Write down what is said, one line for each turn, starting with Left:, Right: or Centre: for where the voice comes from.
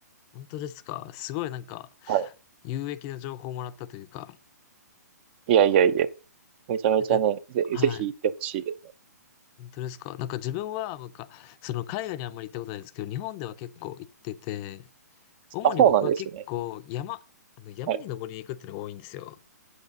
Left: 本当ですかすごいなんか、
Right: はい
Left: 有益な情報をもらったというか、
Right: いやいやいや、めちゃめちゃね、
Left: なんか、
Right: ぜ、
Left: はい。
Right: ぜひ行ってほしいですね。
Left: 本当ですかなんか自分は、なんか、その海外にあんまり行ったことないんですけど、日本では結構行ってて、主に僕は結構山、
Right: あ、そうなんですね。
Left: あの山に登りに行くっていうのが多いんですよ。
Right: はい。